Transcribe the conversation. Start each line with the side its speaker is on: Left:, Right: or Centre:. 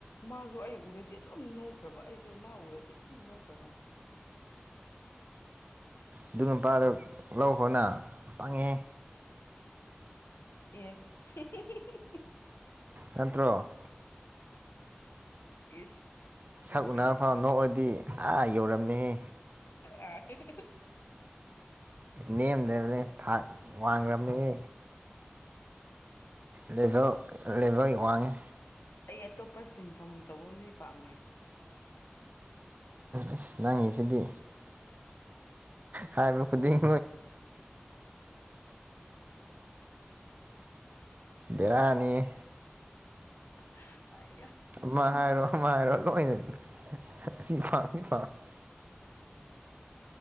Left: ꯃꯥꯁꯨ ꯑꯩ ꯎꯔꯗꯤ ꯑꯗꯨꯝ ꯅꯣꯛꯈ꯭ꯔꯕ ꯑꯩꯁꯨ ꯃꯥ ꯎꯔꯗꯤ ꯑꯗꯨꯝ ꯅꯣꯛꯈ꯭ꯔꯕ
Right: ꯑꯗꯨ ꯃꯄꯥꯗꯣ ꯂꯧꯈꯣꯅ ꯄꯪꯉꯦꯍꯦ
Left: ꯑꯦ <unintelligible>
Right: ꯅꯠꯇ꯭ꯔꯣ
Left: ꯏꯁ
Right: ꯁꯛ
Left: ꯀꯔꯝꯍꯥꯏꯅ
Right: ꯎꯅꯕ ꯐꯥꯎ ꯅꯣꯛꯑꯗꯤ ꯑꯥ ꯌꯧꯔꯝꯅꯦ ꯑꯦ
Left: ꯑꯩ
Right: ꯅꯦꯝꯗꯕꯅꯦ ꯊꯥꯛ ꯋꯥꯡꯈ꯭ꯔꯕꯅꯦ ꯂ‌ꯦꯕ‌ꯦꯜ ꯂꯕ‌ꯦꯜ ꯋꯥꯡꯉꯦ
Left: ꯑꯩ ꯑꯇꯣꯞꯄ ꯁꯤꯟꯐꯝ ꯇꯧꯕ ꯃꯤ ꯄꯥꯝꯃꯦ
Right: ꯑꯁ ꯅꯪꯉꯤꯁꯤꯗꯤ ꯍꯥꯏꯕ ꯈꯨꯗꯤ <unintelligible> ꯕꯦꯔꯥꯅꯤ
Left: <unintelligible>
Right: ꯃꯥ ꯍꯥꯏꯔꯣ ꯃꯥ ꯍꯥꯏꯔꯣ ꯂꯣꯏꯅ <unintelligible>